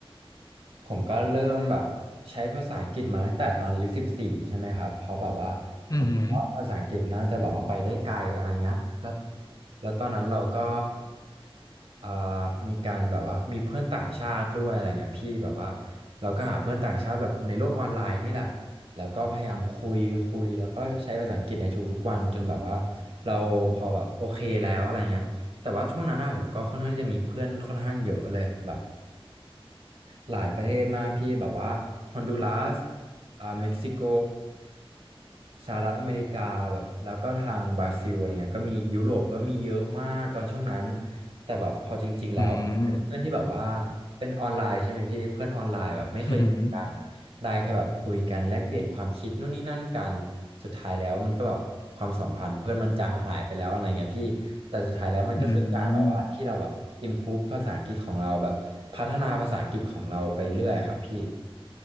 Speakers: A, on the right; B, on the left.
A: ผมก็เริ่มแบบใช้ภาษาอังกฤษมาตั้งแต่ตอนอายุสิบสี่ใช่ไหมครับเพราะแบบว่าผมว่าภาษาอังกฤษน่าจะแบบว่าไปได้ไกลอะไรเงี้ยแล้ว
B: อืมอหืม
A: แล้วตอนนั้นเราก็อ่ามีการแบบว่ามีเพื่อนต่างชาติด้วยอะไรเงี้ยพี่แบบว่าเราก็หาเพื่อนต่างชาติแบบในโลกออนไลน์นี่แหละแล้วก็พยายามคุยคุยแล้วก็ใช้ภาษาอังกฤษในทุกๆวันจนแบบว่าเราพอแบบโอเคแล้วอะไรเงี้ยแต่ว่าช่วงนั้นนะผมก็ค่อนข้างที่จะมีเพื่อนค่อนข้างเยอะเลยแบบ หลายประเทศมากพี่แบบว่าฮอนดูรัสอ่าเม็กซิโกสหรัฐอเมริกาแบบแล้วก็ทางบราซิลอะไรเงี้ยก็มียุโรปก็มีเยอะมากตอนช่วงนั้นแต่แบบพอจริงๆแล้วเป็นเพื่อนที่แบบว่า
B: ออืม
A: เป็นออนไลน์ใช่ไหมพี่เพื่อนออนไลน์แบบไม่เคยเจอกัน
B: อหืม
A: ได้แค่แบบคุยกันแลกเปลี่ยนความคิดนู่นนี่นั่นกันสุดท้ายแล้วมันก็แบบความสัมพันธ์เพื่อนมันจางหายไปแล้วอะไรเงี้ยพี่แต่สุดท้ายแล้วมันก็คือการแบบว่าที่เราแบบ
B: ออืม
A: improve ภาษาอังกฤษของเราแบบพัฒนาภาษาอังกฤษของเราไปเรื่อยครับพี่